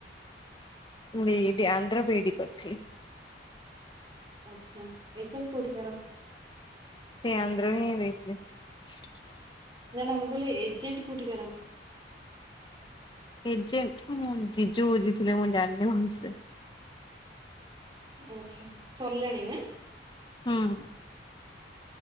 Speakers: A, on the left (about 25°); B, on the right (about 25°).
A: ମୁଁ B Ed Andhra B Ed କରିଥିଲି।
B: ଆଚ୍ଛା ଏଜେଣ୍ଟ କୋଉଠି କର।
A: ସେ ଆନ୍ଦ୍ର ରେ ହିଁ ଦେଇଥିଲେ। <inaudible>
B: ନା ନା ମୁଁ କହିଲୀ ଏଜେଣ୍ଟ କୋଉଠିକାର।
A: ଏଜେଣ୍ଟ ମୁଁ ଜିଜୁ ବୁଝି ଥିଲେ ମୁଁ ଜାଣିନି ଭଲସେ।
B: ଆଛା ସରିଲାଣିଁ ଆଁ।
A: ହୁଁ।